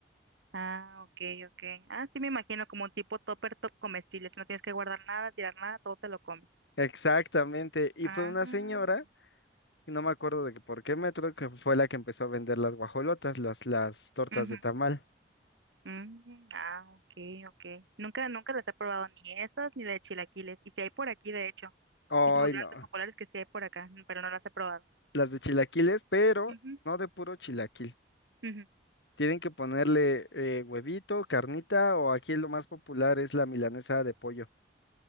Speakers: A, on the right (about 90°); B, on the left (about 80°).
A: Ah, ok, ok. Ah, sí me imagino como un tipo topper top comestible. Si no tienes que guardar nada, tirar nada, todo te lo comes.
B: Exactamente, y
A: Ah,
B: fue una señora, y no me acuerdo de que por qué metro, que fue la que empezó a vender las guajolotas, las, las tortas
A: ujú.
B: de tamal.
A: Mm, ah, ok, ok. Nunca, nunca las he probado ni esas ni de chilaquiles. Y si hay por aquí, de hecho.
B: Ay,
A: Sí se volvieron
B: no,
A: tan populares que sí hay por acá, pero no las he probado.
B: las de chilaquiles, pero
A: Ujú,
B: no de puro chilaquil.
A: ujú.
B: Tienen que ponerle eh, huevito, carnita, o aquí lo más popular es la milanesa de pollo.